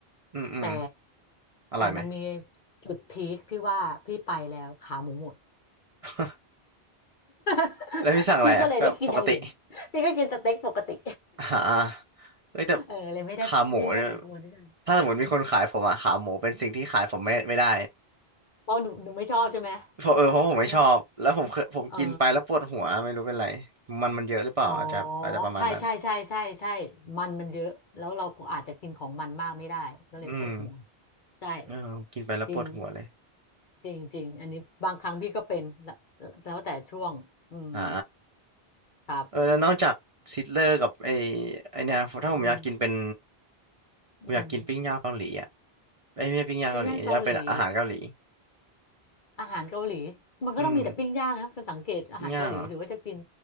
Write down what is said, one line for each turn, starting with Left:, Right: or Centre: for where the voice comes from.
Right: อืมอืม
Left: แต่
Right: อร่อยไหม
Left: แต่มันมีจุดพีคที่ว่าพี่ไปแล้วขาหมูหมด
Right: <laughs>
Left: <laughs>
Right: แล้วพี่สั่งอะไรอ่ะก็ปกติ
Left: พี่ก็เลยได้กินอย่างอื่นพี่ก็กินสเต็กปกติ
Right: อ่าเฮ้ยแต่
Left: <laughs> เออเลยไม่ได้พี่ไม่ได้ประมูลด้วยกัน
Right: ขาหมูเนี่ยถ้าสมมติมีคนขายผมอะขาหมูเป็นสิ่งที่ขายผมไม่ไม่ได้
Left: เพราะหนูหนูไม่ชอบใช่ไหม
Right: เพราะเออเพราะผมไม่ชอบ
Left: เออ
Right: แล้วผมเคยผมกินไปแล้วปวดหัวไม่รู้เป็นไร
Left: เออ
Right: มันมันเยอะหรือเปล่าอาจจะอาจจะประมาณนั้น
Left: อ๋อใช่ใช่ใช่ใช่ใช่มันมันเยอะแล้วเราก็อาจจะกินของมันมากไม่ได้ก็เลยปวดหัว
Right: อืม
Left: ใช่
Right: เออกินไปแล้วปวดหัวเลย
Left: จริงจริงจริงอันนี้บางครั้งพี่ก็เป็นแล้วแล้วแต่ช่วงอืม
Right: อ่า
Left: ครับ
Right: เออแล้วนอกจากซิตเลอร์กับไอไอเนี่ยถ้าผมอยากกินเป็น
Left: อืม
Right: ผมอยากกินปิ้งย่างเกาหลีอ่ะ
Left: อืม
Right: ไอ้ยไม่ใช่ปิ้งย่างเกาหลีอยากเป็นอาหารเกาหลี
Left: ปิ้งย่างเกาหลีอาหารเกาหลีมันก็ต้องมีแต่ปิ้งย่างนะเป็นสังเกตอาหารเกาหลีหรือว่าจะกิน
Right: อืมปิ้งย่างเหรอ